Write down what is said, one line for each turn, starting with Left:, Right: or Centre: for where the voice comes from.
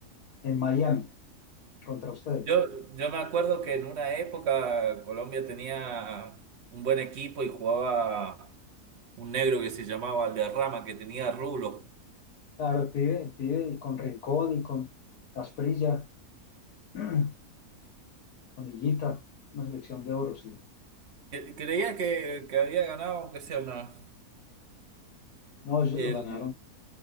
Left: en Miami contra ustedes.
Right: Yo, yo me acuerdo que en una época Colombia tenía un buen equipo y jugaba un negro que se llamaba Valderrama, que tenía rulos.
Left: Claro, el pibe, el pibe y con Rincón y con Asprilla, <clears throat> con Higuita, una selección de oro, sí.
Right: Cre- Creía que, que había ganado, aunque sea una
Left: No, ellos
Right: El,
Left: no ganaron.